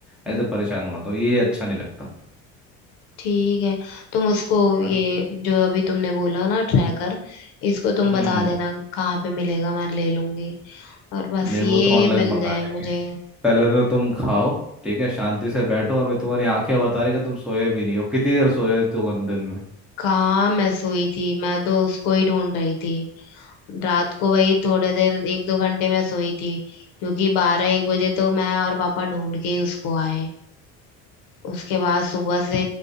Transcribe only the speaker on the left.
हम्म,
ठीक है तुम उसको ये
जो अभी तुमने बोला ना ट्रैकर इसको तुम
बता
देना कहाँ पे मिलेगा मैं ले लूंगी और बस
ये
मिल
जाए
मुझे
कहाँ मैं सोई थी मैं तो उसको ही ढूंढ रही थी रात को वही थोड़े देर एक दो घंटे मैं सोई थी क्योंकि बारह एक बजे तो मैं और पापा ढूंढ के ही उसको आए उसके बाद सुबह से